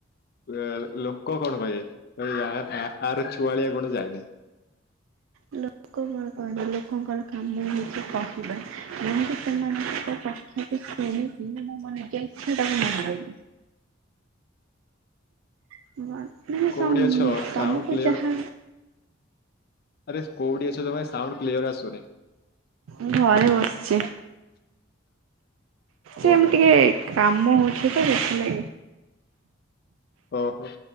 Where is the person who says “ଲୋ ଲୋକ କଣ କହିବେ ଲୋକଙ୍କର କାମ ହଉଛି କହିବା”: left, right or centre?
Right